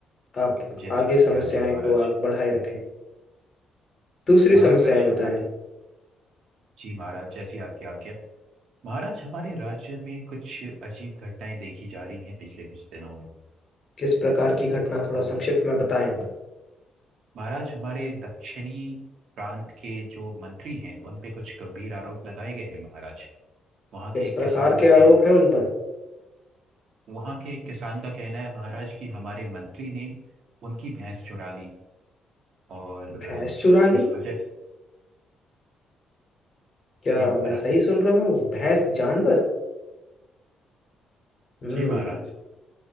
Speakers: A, on the left (about 45°); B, on the right (about 70°).
A: आप
B: जैसी
A: आगे
B: आपकी
A: समस्याएं
B: आज्ञा महाराज
A: को आग बढ़ाए रखें दूसरी
B: महाराज
A: समस्याएं बताएं
B: हमारे जी महाराज जैसी आपकी आज्ञा महाराज हमारे राज्य में कुछ अजीब घटनाएं देखी जा रही हैं पिछले कुछ दिनों में
A: किस प्रकार की घटना थोड़ा
B: हमारे
A: संक्षिप्त में बताएं
B: महाराज हमारे दक्षिणी प्रांत के जो मंत्री हैं उन पे कुछ गंभीर आरोप लगाए गए हैं महाराज वहाँ
A: किस
B: के
A: प्रकार
B: एक किसान का
A: के
B: कहना
A: आरोप हैं उन पर
B: वहां के एक किसान का कहना है महाराज कि हमारे मंत्री ने उनकी भैंस चुरा ली और
A: भैंस चुरा
B: उस
A: ली
B: वजह से
A: क्या
B: जी महाराज
A: मैं सही सुन रहा हूँ भैंस जानवर हम्म
B: जी महाराज